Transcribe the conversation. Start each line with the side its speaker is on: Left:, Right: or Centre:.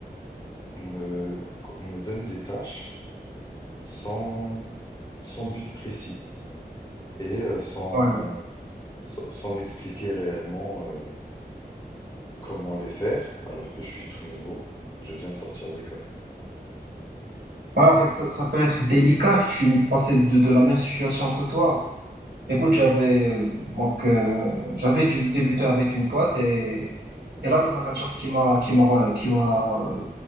Left: on me, on me donne des tâches sans, sans but précis. et heu, sans
Right: Ouais,
Left: sans sans m'expliquer réellement, heu, comment les faire, alors que je suis tout nouveau. Je viens de sortir d'école.
Right: en fait, ça, ça peut être délicat. Je suis passé de, de la même situation que toi. Écoute, j'avais euh, donc euh, j'avais dû débuter avec une boîte et Et là, le manager qui m'a qui m'a qui m'a euh,